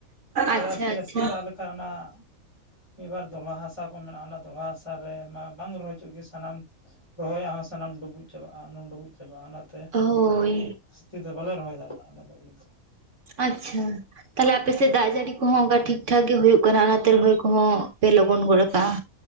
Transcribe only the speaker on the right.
ᱟᱪᱪᱷᱟ
ᱟᱪᱪᱷᱟ
ᱦᱳᱭ
ᱟᱪᱪᱷᱟ ᱛᱟᱦᱚᱞᱮ ᱟᱯᱮ ᱥᱮᱜ ᱫᱟᱜ ᱡᱟᱹᱲᱤ ᱠᱚᱦᱚᱸ ᱚᱱᱠᱟ ᱴᱷᱤᱠ ᱴᱷᱟᱠ ᱜᱮ ᱦᱩᱭᱩᱜ ᱠᱟᱱᱟ, ᱚᱱᱟᱛᱮ ᱨᱚᱦᱚᱭ ᱠᱚᱦᱚᱸ ᱯᱮ ᱞᱚᱜᱚᱱ ᱜᱚᱫ ᱠᱟᱜᱼᱟ᱾